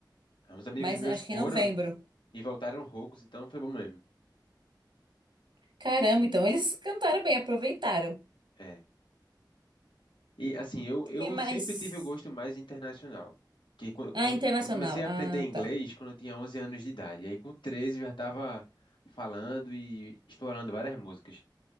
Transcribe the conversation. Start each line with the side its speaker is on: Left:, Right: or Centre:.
Left: Uns amigos
Right: Mas
Left: meus
Right: acho
Left: foram
Right: que em novembro.
Left: e voltaram roucos, então foi bom mesmo.
Right: Caramba, então eles cantaram bem, aproveitaram.
Left: É. E assim, eu, eu
Right: que mais?
Left: sempre tive o gosto mais internacional. Que quan- quando
Right: Ah, internacional.
Left: eu comecei a
Right: Ah,
Left: aprender inglês,
Right: tá.
Left: quando eu tinha 11 anos de idade, e aí com 13 eu já estava falando e explorando várias músicas.